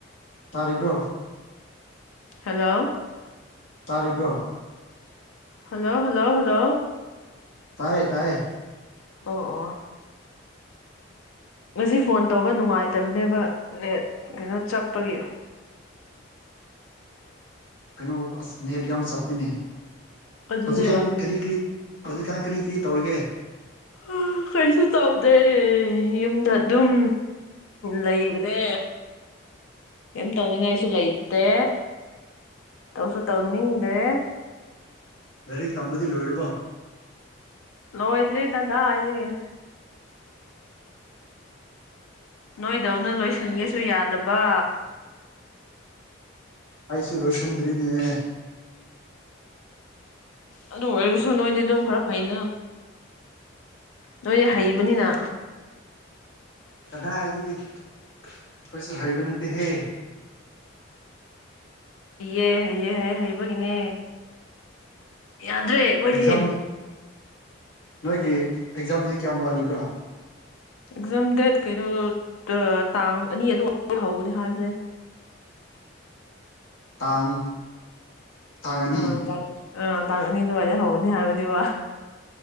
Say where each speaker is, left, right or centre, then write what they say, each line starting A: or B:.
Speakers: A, on the left; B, on the left.
A: ꯇꯥꯔꯤꯕ꯭ꯔꯣ
B: ꯍꯜꯂꯣ
A: ꯇꯥꯔꯤꯕ꯭ꯔꯣ
B: ꯍꯜꯂꯣ ꯍꯜꯂꯣ ꯍꯜꯂꯣ
A: ꯇꯥꯏꯌꯦ ꯇꯥꯏꯌꯦ
B: ꯑꯣ ꯑꯣ ꯉꯁꯤ ꯐꯣꯟ ꯇꯧꯕ ꯅꯨꯡꯉꯥꯏꯇꯕꯅꯦꯕ ꯅꯦꯠ ꯀꯩꯅꯣ ꯆꯞꯄꯒꯤ
A: ꯀꯩꯅꯣ ꯑꯁ ꯅꯦꯠ ꯌꯥꯝ ꯆꯞꯄꯤꯅꯦ
B: ꯑꯗꯨꯅꯦ
A: ꯍꯧꯖꯤꯛꯀꯥꯟ ꯀꯔꯤ ꯀꯔꯤ ꯍꯧꯖꯤꯛꯀꯥꯟ ꯀꯔꯤ ꯀ꯭ꯔꯤ ꯇꯧꯔꯤꯒꯦ
B: ꯍꯥ ꯀꯩꯁꯨ ꯇꯧꯗꯦ ꯌꯨꯝꯗ ꯑꯗꯨꯝ ꯂꯩꯕꯅꯦ ꯀꯩꯝ ꯇꯧꯅꯤꯡꯉꯥꯏꯁꯨ ꯂꯩꯇꯦ ꯇꯧꯁꯨ ꯇꯧꯅꯤꯡꯗꯦ
A: ꯂꯥꯏꯔꯤꯛ ꯇꯝꯕꯗꯤ ꯂꯣꯏꯔꯕꯣ
B: ꯂꯣꯏꯗ꯭ꯔꯤ ꯀꯗꯥꯏꯗꯒꯤ ꯅꯣꯏꯗꯧꯅ ꯂꯣꯏꯁꯟꯒꯦꯁꯨ ꯌꯥ ꯕꯥ
A: ꯑꯩꯁꯨ ꯂꯣꯏꯁꯟꯗ꯭ꯔꯤꯅꯦ
B: ꯑꯗꯨ ꯑꯣꯏꯔꯁꯨ ꯅꯣꯏꯗꯤ ꯑꯗꯨꯝ ꯈꯔ ꯐꯩꯅ ꯅꯣꯏꯗꯤ ꯍꯩꯕꯅꯤꯅ
A: ꯀꯗꯥꯏꯗꯒꯤ ꯑꯩꯈꯣꯏꯁꯨ ꯍꯩꯕ ꯅꯠꯇꯦꯍꯦ
B: ꯍꯩꯌꯦ ꯍꯩꯌꯦ ꯍꯩ ꯍꯩꯕꯒꯤꯅꯦ ꯌꯥꯗ꯭ꯔꯦ ꯑꯩꯈꯣꯏꯗꯤ
A: ꯑꯦꯛꯖꯥꯝ ꯅꯣꯏꯒꯤ ꯑꯦꯛꯖꯥꯝꯗꯤ ꯀꯌꯥꯝ ꯋꯥꯠꯂꯤꯕ꯭ꯔꯥ
B: ꯑꯦꯛꯖꯥꯝ ꯗꯦꯠ ꯀꯩꯅꯣ ꯇ ꯇꯥꯡ ꯑꯅꯤ ꯑꯗꯨꯋꯥꯏꯗꯩ ꯍꯧꯒꯅꯤ ꯍꯥꯏꯕꯅꯦ
A: ꯇꯥꯡ ꯇꯥꯡ ꯑꯅꯤ
B: ꯑꯥ ꯇꯥꯡ ꯑꯥ ꯇꯥꯡ ꯑꯅꯤ ꯑꯗꯨꯋꯥꯏꯗ ꯍꯧꯅꯤ ꯍꯥꯏꯕꯅꯤꯕ